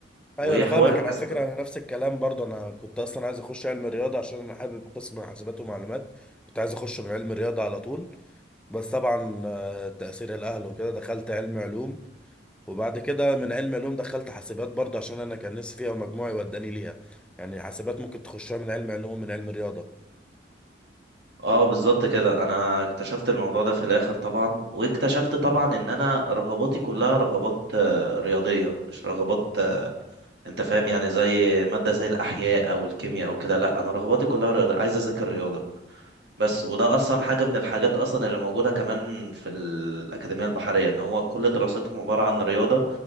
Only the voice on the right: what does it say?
وحوار
الحاسبات
اه بالظبط كده انا اكتشفت الموضوع ده في الاخر طبعا واكتشفت طبعا ان انا رغباتي كلها رغبات آه، رياضية مش رغبات آه، انت فاهم يعني زي مادة زي الاحياء او الكيمياء او كده لا انا رغباتي كلها رياضة عايز اذاكر رياضة بس وده اصلا حاجه من الحاجات اصلا اللي موجوده كمان في الاكاديميه البحريه ان هو كل دراستهم عباره عن رياضه